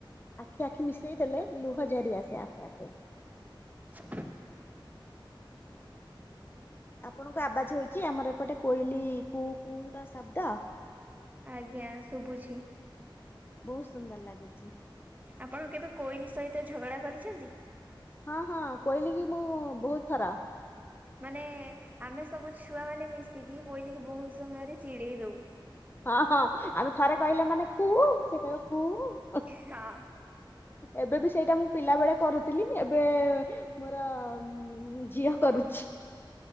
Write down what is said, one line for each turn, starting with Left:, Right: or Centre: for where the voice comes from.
Left: ଆଖି ଆଖି ମିଶେଇ ଦେଲେ ଲୁହ ଝରି ଆସେ ଆପେ ଆପେ।
Right: ସ୍
Left: ଆପଣଙ୍କୁ ଆବାଜ ହୋଉଚି ଆମର ଏପଟେ କୋଇଲି କୁହୁ କୁହୁ ର ଶବ୍ଦ?
Right: ଆଜ୍ଞା ଶୁଭୁଛି।
Left: ବହୁତ ସୁନ୍ଦର ଲାଗୁଚି।
Right: ଆପଣ କେବେ କୋଇଲି ସହିତ ଝଗଡା କରିଛନ୍ତି?
Left: ହଁ ହଁ କହିଲି କି ମୁଁ ବହୁତ ଥରା
Right: ମାନେ ଆମେ ସବୁ ଛୁଆ ମାନେ ମିଶିକି କୋଇଲିକି ବହୁତ ସମୟରେ ଚିଡେଇ ଦୋଉ।
Left: ହଁ ହଁ ଆମେ ଥରେ କହିଲେ ମାନେ କୁହୁ ସେ କହିବ କୁହୁ।
Right: ହଁ।
Left: ଏବେ ବି ସେଇଟା ମୁଁ ପିଲା ବେଳେ କରୁଥିଲି ଏବେ ମୋର ହୁଁ ଝିଅ କରୁଚି।